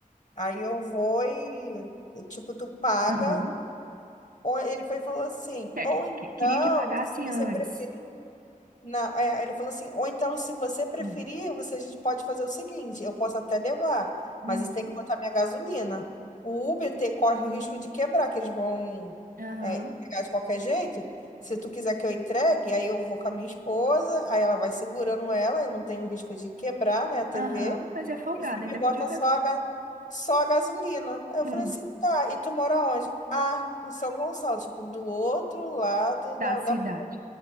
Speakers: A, on the left (about 55°); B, on the right (about 75°).
A: Aí eu vou e, tipo, tu paga.
B: Aham.
A: Ou ele foi e falou assim,
B: Quer
A: ou
B: que-
A: então,
B: que- Queria que pagasse
A: se você
B: antes.
A: preferir, na, é, ele falou assim, ou então, se você preferir,
B: Hum.
A: você, a gente pode fazer o seguinte, eu posso até levar,
B: Uhum.
A: mas você tem que botar minha gasolina. O Uber te- corre o risco de quebrar, que eles vão
B: Aham.
A: é, entregar de qualquer jeito. Se tu quiser que eu entregue, aí eu vou com a minha esposa, aí ela vai segurando ela, e não tem o risco de quebrar, né, a TV.
B: Aham. Mas é folgado,
A: E você me
B: ainda
A: bota
B: pediu a gasolina.
A: só a, ga- só a gasolina. Aí
B: Hum.
A: eu falei assim, tá, e tu mora onde? Ah, em São Gonçalo, tipo, do outro lado da...
B: Da
A: da...
B: cidade.